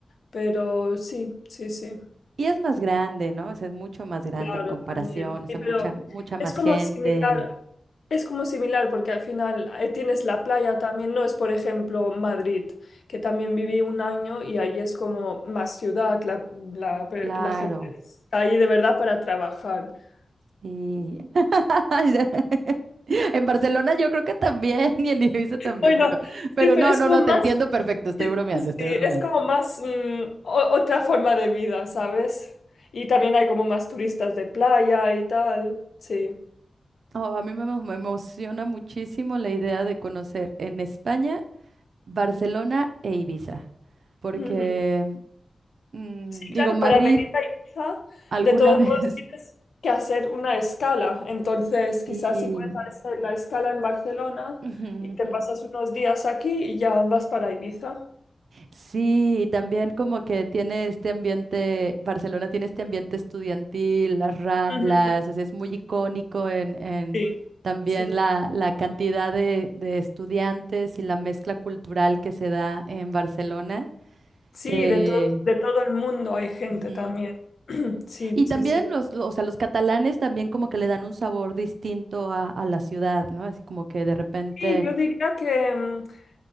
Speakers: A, on the left; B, on the right.
A: pero sí, sí, sí.
B: Y es más grande, ¿no? O sea, es mucho más grande
A: Claro,
B: en comparación,
A: también.
B: o
A: Sí,
B: sea,
A: pero
B: mucha, mucha más
A: es como
B: gente.
A: similar, es como similar porque al final eh, tienes la playa también, no es por ejemplo Madrid, que también viví un año y ahí es como más ciudad, la, la, pe-
B: Claro.
A: la gente está ahí de verdad para trabajar. <laughs>
B: Sí. <laughs> En Barcelona yo creo que también, y en Ibiza también,
A: Bueno,
B: pero, pero
A: sí, pero
B: no,
A: es
B: no,
A: como
B: no, te
A: más,
B: entiendo perfecto, estoy
A: sí,
B: bromeando, estoy
A: es
B: bromeando.
A: como más mm, o- otra forma de vida, ¿sabes? Y también hay como más turistas de playa y tal, sí.
B: Oh, a mí me, emo- me emociona muchísimo la idea de conocer en España, Barcelona e Ibiza, porque,
A: Ujú.
B: mm,
A: Sí,
B: digo,
A: claro,
B: Madrid
A: para venir a Ibiza,
B: alguna
A: de todos
B: vez.
A: modos tienes
B: <laughs>
A: que hacer una escala. Entonces,
B: Sí.
A: quizás si puedes hacer la escala en Barcelona
B: Ujú,
A: y te
B: ujú.
A: pasas unos días aquí y ya vas para Ibiza.
B: Sí, y también como que tiene este ambiente, Barcelona tiene este ambiente estudiantil, las Ramblas,
A: Ujú,
B: o sea, es muy icónico en, en
A: Sí,
B: también
A: sí.
B: la, la cantidad de, de estudiantes y la mezcla cultural que se da en Barcelona,
A: Sí,
B: que...
A: de to- de todo el mundo hay gente
B: Ujú.
A: también. <clears throat> Sí,
B: Y
A: sí,
B: también
A: sí.
B: los, lo- o sea, los catalanes también como que le dan un sabor distinto a, a la ciudad, ¿no? Así como que de repente
A: Sí, yo diría que, mm,